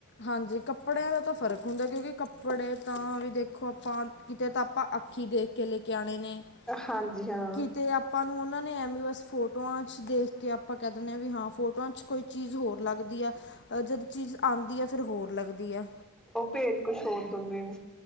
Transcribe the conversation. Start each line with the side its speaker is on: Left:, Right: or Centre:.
Left: ਹਾਂਜੀ ਕੱਪੜਿਆਂ ਦਾ ਤਾਂ ਫ਼ਰਕ ਹੁੰਦਾ ਏ ਕਿਉਂਕਿ ਕੱਪੜੇ ਤਾਂ ਦੇਖੋ ਆਪਾਂ ਕਿਤੇ ਤਾਂ ਆਪਾਂ ਅੱਖੀ ਦੇਖ ਕੇ ਲੇ ਕੇ ਆਨੇ <unintelligible>
Centre: ਹਾਂਜੀ ਹਾਂ
Left: ਕਿਤੇ ਆਪਾਂ ਨੂੰ ਉਹਨਾਂ ਨੇ ਐਵੇ ਬਸ ਫੋਟੋਆਂ ਚ ਦੇਖ ਕੇ ਆਪਾਂ ਕਹਿ ਦਿੰਨੇ ਹਾਂ ਵੀ ਹਾਂ ਫੋਟੋਆਂ ਚ ਕੋਈ ਚੀਜ਼ ਹੋਰ ਲੱਗਦੀ ਆ ਜਦ ਚੀਜ਼ ਆਂਦੀ ਲੱਗਦੀ ਏ ਫਿਰ ਹੋਰ ਲੱਗਦੀ ਆ।
Centre: ਉਹ ਭੇਜ ਕੁਛ ਹੋਰ ਦਿੰਦੇ ਨੇ